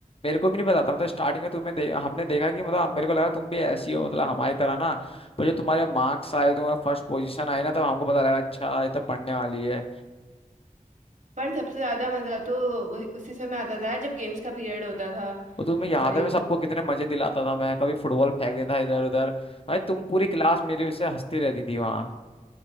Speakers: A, on the left; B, on the right.
A: मेरे को भी नहीं पता था मतलब स्टार्टिंग में तुम्हें दे, हमने देखा कि मतलब अब मेरे को लगा तुम भी ऐसी हो मतलब हमारी तरह ना पर जो तुम्हारे मार्क्स आए तुम्हारे फर्स्ट पोजीशन आई ना तब हमको पता लगा अच्छा ये तो पढ़ने वाली है
B: पर सबसे ज्यादा मजा तो वही- उसी समय आता था जब गेम्स का पीरियड होता था
A: वो तुम्हें याद
B: भाई
A: है मैं सबको कितने मजे दिलाता था मैं कभी फुटबॉल फेंक देता इधर उधर भाई तुम पूरी क्लास मेरे से हंसती रहती थी वहाँ